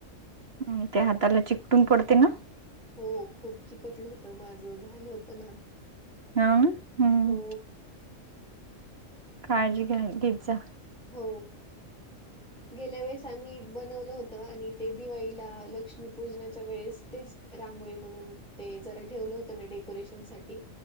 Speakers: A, on the right; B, in the centre.
A: हां ते हाताला चिकटून पडते ना
B: हो खूप चिकटलं होत माझं झालं होतं ना
A: ना हम्म
B: हो
A: काळजी घ्या घेत जा
B: हो गेल्या वेळेस आम्ही बनवलं होत आणि ते दिवाळीला लक्ष्मी पूजनाच्या वेळेस तेच रांगोळी म्हणून ते जरा ठेवलं होतं ना डेकोरेशन साठी